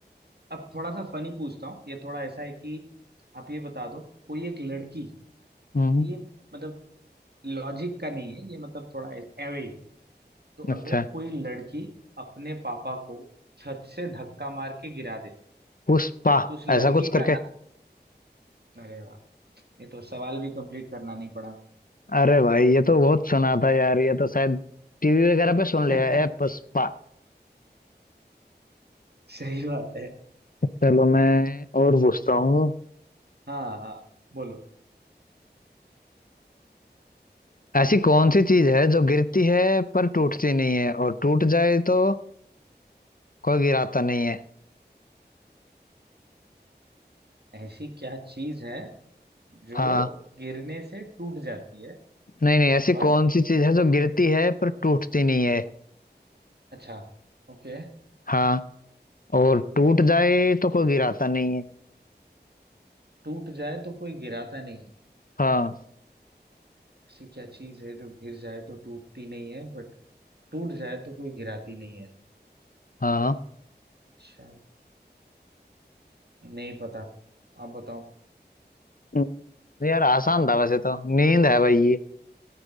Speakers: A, on the right (about 65°); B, on the left (about 55°).
A: अब थोड़ा सा फनी पूछता हूँ ये थोड़ा ऐसा है कि आप ये बता दो कोई एक लड़की
B: हम्म
A: ये मतलब लॉजिक का नहीं है ये मतलब थोड़ा एवे तो
B: अच्छा
A: अगर कोई लड़की अपने पापा को छत से धक्का मार के गिरा दे
B: पुष्पा
A: तो उस लड़की
B: ऐसा कुछ
A: का
B: करके
A: ना अरे वाह ये तो सवाल भी कंप्लीट करना नहीं पड़ा मुझे।
B: अरे भाई ये तो बहुत सुना था यार ये तो शायद टीवी वगैरह पे सुन लिया
A: <laughs>
B: है पुष्पा
A: सही बात है
B: चलो मैं और पूछता हूँ
A: हाँ हाँ बोलो
B: ऐसी कौन सी चीज है जो गिरती है पर टूटती नहीं है और टूट जाए तो कोई गिराता नहीं है
A: ऐसी क्या चीज है जो
B: हाँ
A: गिरने से टूट जाती है
B: नहीं नहीं ऐसी
A: पर
B: कौन सी चीज है जो गिरती है पर टूटती नहीं है
A: अच्छा ओके
B: हाँ और टूट जाए तो कोई गिराता नहीं है
A: टूट जाए तो कोई गिराता नहीं है
B: हाँ
A: ऐसी क्या चीज है जो गिर जाए तो टूटती नहीं है बट टूट जाए तो कोई गिराती नहीं है
B: हाँ
A: अच्छा नहीं पता आप बताओ
B: हम्म, यार आसान था वैसे तो नींद है भाई ये